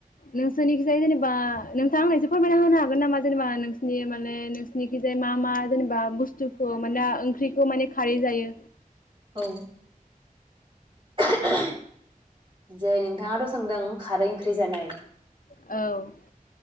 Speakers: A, on the left (about 75°); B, on the right (about 40°).
A: नोंसोरनिखिजाय जेनेबा बा नोंथांआ आंनो एसे फोरमायना होनो हागोन नामा जेनेबा नोंसोरनि माने नोंसिनिखिजाय मा मा जेनेबा बुस्थुखौ माहोनो ओंख्रिखौ माने खारै जायो?
B: औ। <unintelligible> जेरै नोंथाङाथ' सोंदों खारै ओंख्रि जानाय
A: औ।